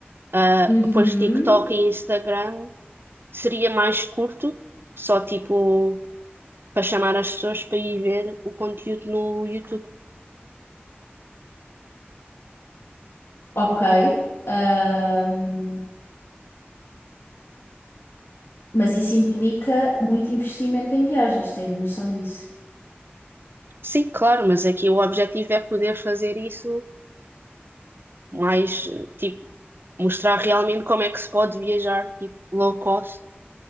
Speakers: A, on the right; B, on the left.
A: Ah,
B: Uhum.
A: depois TikTok e Instagram seria mais curto, só tipo para chamar as pessoas para ir ver o conteúdo no YouTube.
B: Ok. Ahm, mas isso implica muito investimento em viagens, tens noção disso?
A: Sim, claro, mas aqui o objetivo é poder fazer isso mais, eh, tipo, mostrar realmente como é que se pode viajar, tipo, low cost,